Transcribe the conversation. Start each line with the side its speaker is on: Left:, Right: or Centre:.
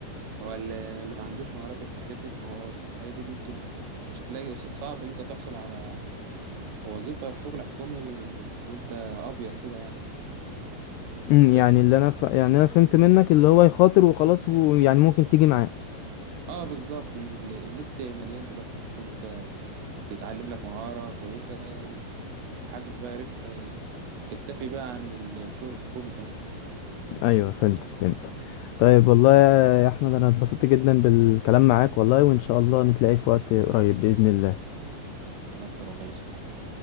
Right: هو اللي اللي ما عندوش مهارات والحاجات دي ما هو الحاجات دي ممكن مش هتلاقي صعب ان انت تحصل على وظيفه في شغل حكومي وانت ابيض كده يعني فانت
Left: أمم، يعني اللي انا ف... يعني انا فهمت منك اللي هو يخاطر وخلاص ويعني ممكن تيجي معاه
Right: اه بالظبط ال- النت مليان دلوقتي ممكن انت تتعلم لك مهارة كويسة تحقق بقى ربح تكتفي بقى عن الشغل الحكومي كمان
Left: ايوه فهمتك فهمتك طيب والله يا احمد انا اتبسطت جدا بالكلام معاك والله وان شاء الله نتلاقي في وقت قريب باذن الله
Right: انا اكتر والله يا يوسف حبيبي